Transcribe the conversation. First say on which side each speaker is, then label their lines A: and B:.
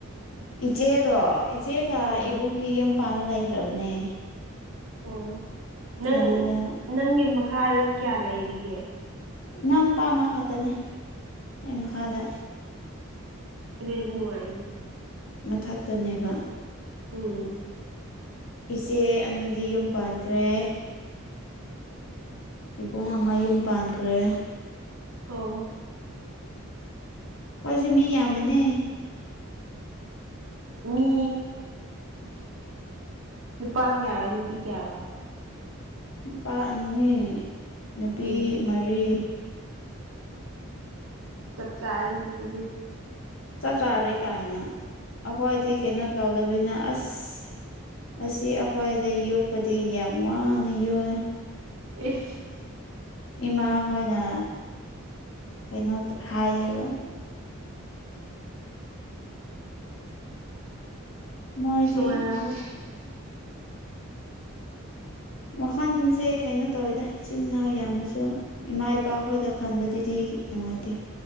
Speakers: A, on the left; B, on the right.
A: ꯏꯆꯦꯔꯣ ꯏꯆꯦꯒ
B: ꯑꯥ
A: ꯏꯕꯨꯡꯅꯤ ꯌꯨꯝ ꯄꯃ ꯂꯩꯈ꯭ꯔꯕꯅꯦ
B: ꯑꯣ ꯅꯪ
A: ꯀꯩꯅꯣꯗ
B: ꯅꯪꯒꯤ ꯃꯈꯥꯗ ꯀꯌꯥ ꯂꯩꯔꯤꯒꯦ
A: ꯏꯅꯥꯎꯅꯨꯄꯥ ꯑꯃ ꯈꯥꯛꯇꯅꯤ ꯑꯩ ꯃꯈꯥꯗ
B: ꯔꯔꯤꯂꯤꯅ ꯋꯥꯏꯅꯦ
A: ꯃꯊꯇꯅꯦꯕ
B: ꯎꯝ
A: ꯏꯆꯦ ꯑꯅꯤꯗꯤ ꯌꯨꯝ ꯄꯥꯟꯈ꯭ꯔꯦ ꯏꯕꯨꯡ ꯑꯃ ꯌꯨꯝ ꯄꯥꯟꯈ꯭ꯔꯦ
B: ꯑꯣ
A: ꯄꯁ ꯃꯤ ꯌꯥꯝꯕꯅꯦ
B: ꯃꯤ
A: ꯎ
B: ꯅꯨꯄꯥ ꯀꯌꯥꯔꯣ ꯅꯨꯄꯤ ꯀꯌꯥꯔꯣ
A: ꯅꯨꯄꯥ ꯑꯅꯤ ꯅꯨꯄꯤ
B: ꯎꯝ
A: ꯃꯔꯤ
B: ꯆꯞ ꯆꯥꯔꯅꯤꯤꯗꯤ
A: ꯆꯞ ꯆꯥꯔꯦ ꯀꯥꯏꯅ ꯑꯩꯈꯣꯏꯗꯤ ꯀꯩꯅꯣ ꯇꯧꯗꯕꯅꯤꯅ ꯑꯁ ꯑꯁꯤ ꯑꯩꯈꯣꯏꯗ ꯌꯣꯛꯄꯗꯤ ꯌꯥꯝ ꯋꯥꯅ ꯌꯣꯛ
B: ꯑꯦ
A: ꯏꯃꯥ ꯍꯣꯏꯅ ꯀꯩꯅꯣ ꯍꯥꯏꯌꯦꯕ ꯃꯣꯏꯗꯤ
B: ꯅꯨꯡꯉꯥꯏꯔꯝꯅꯤ
A: ꯋꯥꯈꯜꯁꯦ ꯀꯩꯅꯣ ꯇꯧꯋꯤꯗ ꯏꯆꯤꯟꯜ ꯏꯅꯥꯎ ꯏꯕꯁꯨ ꯏꯃꯥ ꯏ ꯏꯄꯥ ꯑꯩꯈꯣꯏꯗ ꯈꯟꯕꯗꯨꯗꯤ ꯅꯨꯡꯉꯥꯏꯇꯦ